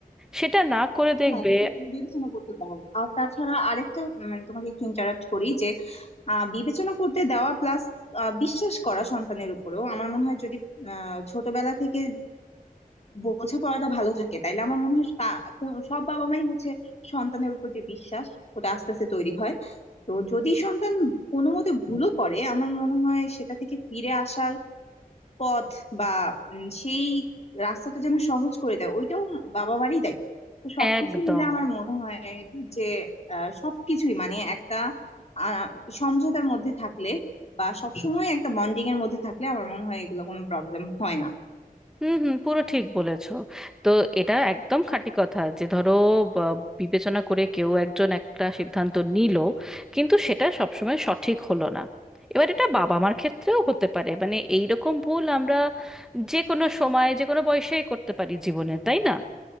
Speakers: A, in the centre; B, on the left.
A: সেটা না করে দেখবে
B: হ্যাঁ বিবে- বিবেচনা করতে দাও আর তাছাড়া আরেকটা মানে তোমাকে একটু ইন্টারাপ্ট করি যে আহ, বিবেচনা করতে দেওয়া প্লাস বিশ্বাস করা সন্তানের উপরেও আমার মনে হয় যদি আহ, ছোটবেলা থেকে বোঝাপড়াটা ভালো থাকে তাইলে আমার মনে হয় তা- কো- সব বাবা মাই হচ্ছে সন্তানের উপর যে বিশ্বাস ওটা আস্তে আস্তে তৈরি হয় তো যদি সন্তান কোনো মতে ভুলও করে আমার মনে হয় সেটা থেকে ফিরে আসার পথ বা উম, সেই রাস্তাটা যেন সহজ করে দেয় ওইটাও বাবা মারই দায়িত্ব তো সবকিছু
A: একদম
B: মিলে আমার মনে হয় যে আহ, সবকিছুই মানে একটা আহ, সমঝোতার মধ্যে থাকলে বা সবসময় একটা বন্ডিং এর মধ্যে থাকলে আমার মনে হয় এগুলো কোনো প্রবলেম হয় না
A: হুম হুম পুরো ঠিক বলেছো তো এটা একদম খাঁটি কথা যে ধরো বা, বিবেচনা করে কেউ একজন একটা সিদ্ধান্ত নিল কিন্তু সেটা সবসময় সঠিক হলো না এবার এটা বাবা মার ক্ষেত্রেও হতে পারে মানে এই রকম ভুল আমরা যে কোনো সময় যে কোনো বয়সেই করতে পারি জীবনে তাই না